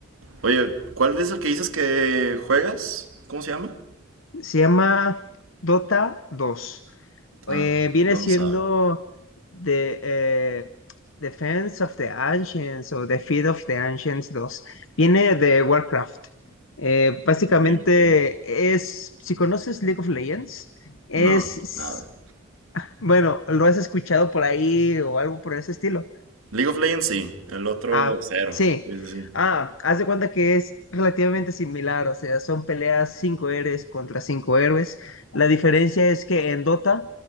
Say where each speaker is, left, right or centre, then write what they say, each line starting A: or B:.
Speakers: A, on the right; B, on the left.
A: Oye, ¿cuál es el que dices que juegas? ¿Cómo se llama?
B: Se llama Dota 2.
A: Ah,
B: Eh, viene
A: no
B: siendo
A: sabe.
B: de, eh, Defense of the Ancients o Defeat of the Ancients dos Viene de Warcraft. Eh, básicamente
A: Ok, ok.
B: es, si conoces League of Legends, es,
A: No, nada.
B: bueno, lo has escuchado por ahí o algo por ese estilo.
A: League of Legends sí, el otro
B: Ah,
A: cero.
B: sí.
A: Sí, sí, sí.
B: Ah, haz de cuenta que es relativamente similar, o sea, son peleas 5 héroes contra 5 héroes. La diferencia es que en Dota